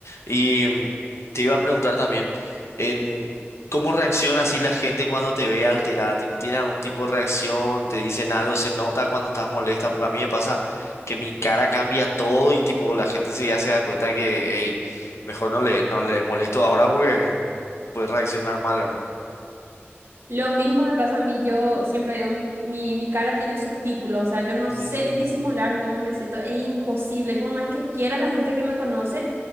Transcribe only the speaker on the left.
Y mm, te iba a preguntar también, en... ¿Cómo reacciona así la gente cuando te ve alterada? Tipo, ¿tiene algún tipo de reacción? ¿Te dicen algo? ¿Se nota cuando estás molesta? Porque a mí me pasa que mi cara cambia todo y tipo la gente se ya se da cuenta que, hey, mejor no le, no le molesto ahora porque puede reaccionar mal, ¿verdad?
<laughs>